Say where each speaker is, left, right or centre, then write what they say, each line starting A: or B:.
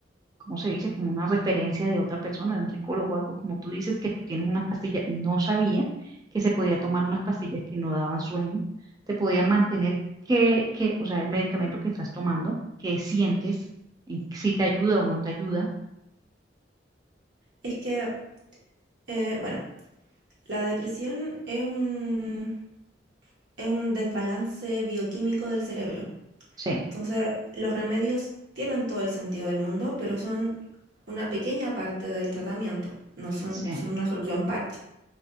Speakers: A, on the right; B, on the right.
A: ¿cómo se dice? Como una referencia de otra persona, de un psicólogo o algo, como tú dices que tú tienes unas pastillas, no sabía que se podía tomar unas pastillas que no daban sueño, te podían mantener que, que, o sea, el medicamento que estás tomando, que sientes, en- si te ayuda o no te ayuda.
B: Es que, eh, bueno, la depresión es un, es un desbalance bioquímico del cerebro.
A: Sí,
B: Entonces, los remedios tienen todo el sentido del mundo, pero son una pequeña parte del tratamiento, no son,
A: sí,
B: son una solución parche.